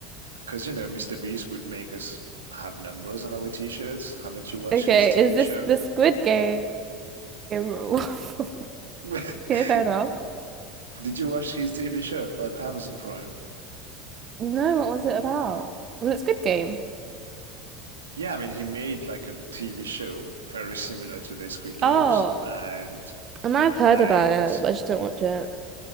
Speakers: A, on the right; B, on the right.
A: Because, you know, Mr. Beast would make us have numbers on our t-shirts. Haven't you watched
B: Okay,
A: his TV
B: is this
A: show?
B: the Squid Game? <laughs> okay,
A: <laughs>
B: fair enough.
A: Did you watch his TV show on Amazon Prime?
B: No, what was it about? Was it Squid Game?
A: Yeah, I mean, he made like a TV show very similar to the Squid Games,
B: Oh,
A: and
B: I might have heard
A: and
B: about it, but I just didn't watch it.